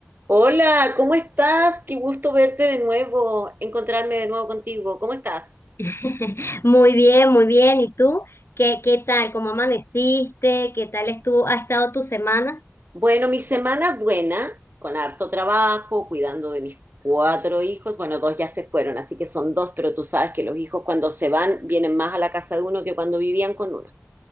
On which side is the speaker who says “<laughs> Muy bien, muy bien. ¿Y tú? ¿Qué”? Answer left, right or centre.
Left